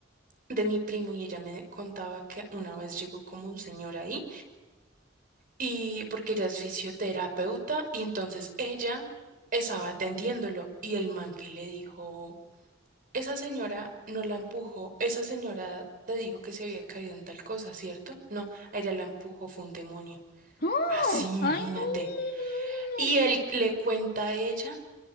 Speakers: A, on the right (about 50°); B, on the left (about 50°).
A: De mi primo y ella me contaba que una vez llegó como un señor ahí y porque ella es fisioterapeuta y entonces ella estaba atendiéndolo y el man que le dijo... Esa señora no la empujó, esa señora te dijo que se había caído en tal cosa, ¿cierto? No, a ella la empujó, fue un demonio.
B: ¡Oh!
A: Así, imagínate.
B: ¡Ay, no! No,
A: Y
B: no, no.
A: él le cuenta a ella.